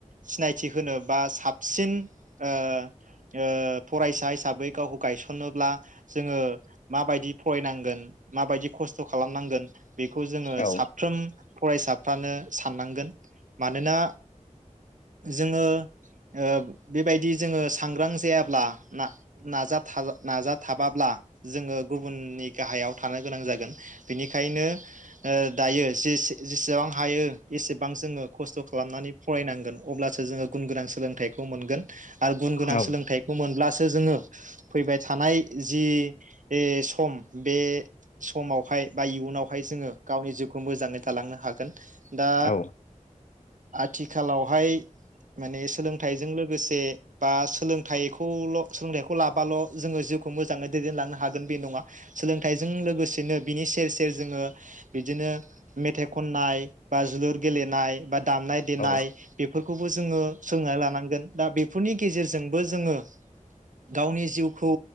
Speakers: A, on the right; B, on the left.
A: सिनायथि होनो बा साबसिन ओ ओ फरायसा हिसाबै गावखौ गायसनोब्ला जोङो माबायदि फरायनांगोन माबायदि खस्थ' खालामनांगोन बेखौ जोङो
B: औ
A: साफ्रोम फरायसा फ्रानो साननांगोन मानोना जोङो ओ बे बायदि जोङो सांग्रां जायाब्ला ना नाजा थाजा नाजा थाबाब्ला जोङो गुबुननि गाहायाव थानो गोनां जागोन बिनिखायनो ओ दायो जेसे जेसेबां हायो एसेबां जोङो खस्थ' खालामनानै फरायनांगोन अब्लासो जोङो गुन गोनां सोलोंथाइ खौ मोनगोन आरो गुन गोनां
B: औ
A: सोलोंथाइखौ मोनब्लासो फैबाय थानाय जि इ सम बे समावहाय बा इयुनाव हाय जोङो गावनि जिउखौ मोजाङै थालांनो हागोन दा
B: औ औ
A: आथिखालावहाय माने सोलोंथाइजों लोगोसे बा सोलोंथाइखौल' सोलोंथाइखौ लाबाल' जोङो जिउखौ मोजाङै दैदेनलांनो हागोन बे नङा सोलोंथाइजों लोगोसेनो बिनि सेर सेर जोङो बिदिनो मेथाइ खननाय बा जोलुर गेलेनाय बा दामनाय देनाय
B: औ
A: बेफोरखौबो जोङो सोलोंनानै लानांगोन दा बेफोरनि गेजेरजोंबो जोङो गावनि जिउखौ